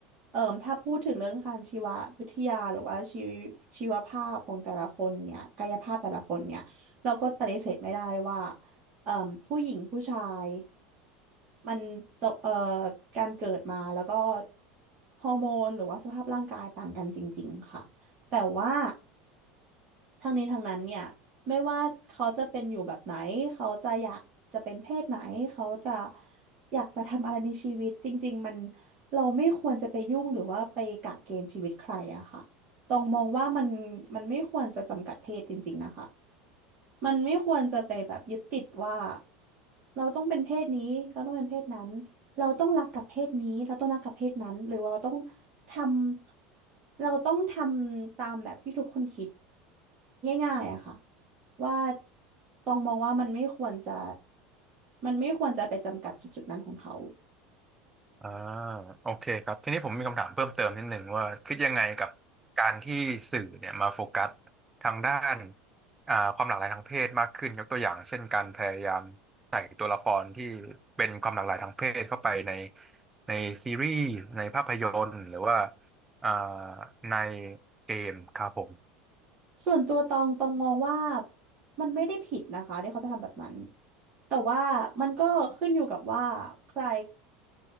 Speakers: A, on the right; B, on the right.
A: เอ่มถ้าพูดถึงเรื่องการชีววิทยาหรือว่าชีวชีวภาพของแต่ละคนเนี่ยกายภาพแต่ละคนเนี่ยเราก็ปฏิเสธไม่ได้ว่าเอ่มผู้หญิงผู้ชาย มันโตเอ่อการเกิดมาแล้วก็ฮอร์โมนหรือว่าสภาพร่างกายต่างกันจริงๆค่ะแต่ว่าทั้งนี้ทั้งนั้นเนี่ยไม่ว่าเขาจะเป็นอยู่แบบไหนเขาจะอยากจะเป็นเพศไหนเขาจะอยากจะทำอะไรในชีวิตจริงๆมันเราไม่ควรจะไปยุ่งหรือว่าไปกะเกณฑ์ชีวิตใครอะค่ะต้องมองว่ามันมันไม่ควรจะจำกัดเพศจริงๆนะคะ มันไม่ควรจะไปแบบยึดติดว่าเราต้องเป็นเพศนี้เราต้องเป็นเพศนั้นเราต้องรักกับเพศนี้เราต้องรักกับเพศนั้นหรือว่าเราต้องทำเราต้องทำตามแบบที่ทุกคนคิดง่ายๆอะค่ะว่าต้องมองว่ามันไม่ควรจะมันไม่ควรจะไปจำกัดจุดจุดนั้นของเขา
B: อ่าโอเคครับทีนี้ผมมีคำถามเพิ่มเติมนิดหนึ่งว่าคิดยังไงกับการที่สื่อเนี่ยมาโฟกัสทางด้านอ่าความหลากหลายทางเพศมากขึ้นยกตัวอย่างเช่นการพยายามใส่ตัวละครที่เป็นความหลากหลายทางเพศเข้าไปในในซีรีส์ในภาพยนตร์หรือว่าอ่าในเกมครับผม
A: ส่วนตัวตองตองมองว่ามันไม่ได้ผิดนะคะที่เขาจะทำแบบนั้นแต่ว่ามันก็ขึ้นอยู่กับว่าใคร